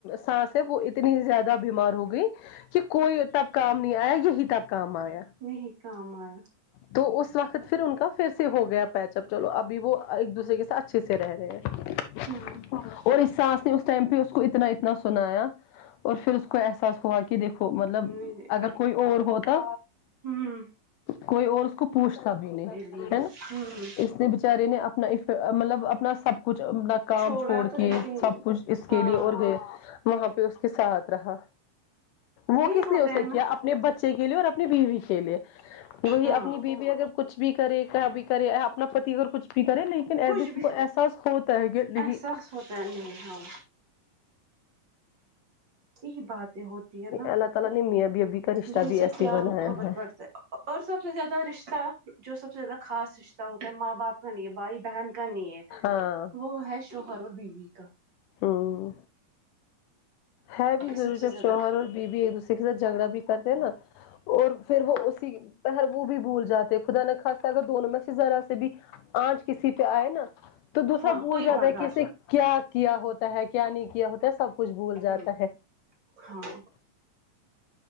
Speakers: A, on the left (about 80°); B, on the right (about 35°).
A: سانس وہ اتنی زیادہ بیمار ہو گئی کہ کوئی تب کام نہیں آیا یہی تب کام آیا
B: نہیں کام آیا
A: تو اس وقت پھر ان کا پھر سے ہو گیا پیچ اپ چلو ابھی وہ ایک دوسرے کے سا اچھے سے رہ رہے ہیں
B: ہمم
A: اور اس ساس نے اس ٹائم پہ اس کو اتنا اتنا سنایا اور پھر اس کو احساس ہوا کہ کہ دیکھو مطلب
B: نہیں
A: اگر کوئی اور ہوتا
B: ہمم
A: کوئی اور اس کو پوچھتا بھی نہیں
B: لیے
A: ہے نا
B: ہوں
A: اس نے بچارے نے اپنا مطلب اپنا سب کچھ اپنا کام
B: چھوڑا
A: چھوڑ
B: تو لیکن
A: کے سب کچھ اس
B: ہاں
A: کے لیے اور گئے وہاں پہ اس کے ساتھ رہا وہ
B: یہی
A: کس
B: ہوتا
A: نے اسے
B: ہے نا
A: کیا اپ اپنے بچے کے لیے اور اپنی بیوی کے لیے وہی
B: ہاں
A: اپنی بیوی اگر کچھ بھی کرے کیا بھی کرے اپنا پتی اگر کچھ بھی کرے نہیں لن ایٹ
B: کچھ
A: لیسٹ
B: بھی
A: ان کو احساس ہوتا ہے کہ نہیں
B: احساس ہوتا ہے نہیں ہاں یہ باتیں ہوتی ہے نا
A: اللہ تعالی نے میاں بیوی کا رشتہ
B: جن
A: بھی
B: سے
A: ایسے
B: پیار
A: ہی بنایا
B: محبت
A: ہے
B: بڑھتا ہے اور سب سے زیادہ رشتہ جو سب سے زیادہ خاص رشتہ ہوتا ہے ماں باپ کا لیے بھائی بہن کا نہیں ہے
A: ہاں
B: وہ ہے شوہر اور بیوی کا
A: ہمم ہے بھی
B: یہ
A: ضرور
B: سب سے
A: جب
B: زیادہ
A: شوہر اور بیوی ایک دوسرے کے ساتھ جھگڑا بھی کرتے ہیں نہ اور پھر وہ اسی پر وہ بھی بھول جاتے خدا نخواستہ اگر دونوں میں سے ذرا سے بھی آنچ کسی پہ آئے نا تو دوسرا
B: ہاں
A: بھول
B: کوئی
A: جاتا
B: برداشت
A: ہے کہ اسے کیا کیا ہوتا ہے کیا نہیں کیا ہوتا ہے سب کچھ بھول
B: ہمم
A: جاتا ہے
B: ہاں